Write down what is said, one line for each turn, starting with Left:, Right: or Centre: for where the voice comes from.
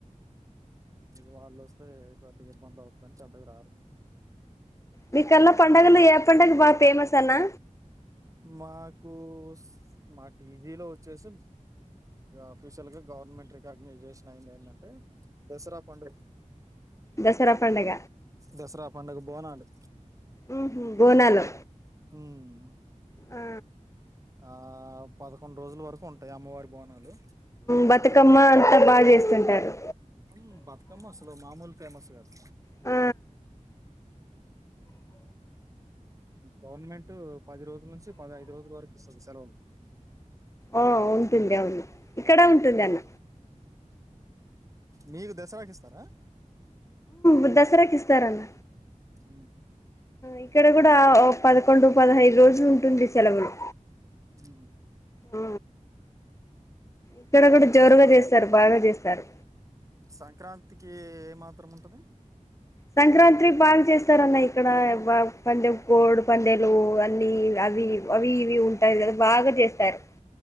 Right: ఇది వాళ్ళు వస్తే పెద్దగా ఇబ్బంది అవుతుందని చెద్దకు రారు
Left: మీకల్లా పండుగలు ఏ పండుగ బాగా ఫేమస్ అన్న
Right: మాకు మా టీజీలో వచ్చేసి ఆఫీషియల్ గా గవర్నమెంట్ రికగ్నైజేషన్ అయింది ఏంటంటే దసరా పండ్రి
Left: దసరా పండుగ
Right: దసరా పండుగ బోనాలు
Left: ఉ బోనాలో
Right: ఉమ్
Left: ఆ
Right: ఆ పదకొండు రోజుల వరకు ఉంటాయి అమ్మవారి బోనాలు
Left: బతుకమ్మ అంతా బాగా చేస్తుంటారు
Right: ఉ బతుకమ్మ అసలు మామూలు ఫేమస్ కాదు
Left: ఆ
Right: గవర్నమెంట్ పది రోజుల నుంచి పదహైదు రోజుల వరకు ఇస్తుది సెలవులు
Left: ఓ ఉంటంది అవును ఇక్కడ ఉంటుంది అన్న
Right: మీరు దసరాకి ఇస్తారా
Left: ఉ దసరాకు ఇస్తారన్న
Right: ఉ
Left: ఇక్కడ కూడా పదకొండు పదహైదు రోజులు ఉంటుంది సెలవులు
Right: ఉ
Left: ఆ ఇక్కడ కూడా జోరుగా
Right: అటు
Left: చేస్తారు బాగా చేస్తారు
Right: సంక్రాంతికి ఏమాత్రం ఉంటది
Left: సంక్రాంతి బాగా చేస్తారన్న ఇక్కడ పందె కోడు పందేలు అన్న అవి అవి ఇవి ఉంటాయి కదా బాగా చేస్తారు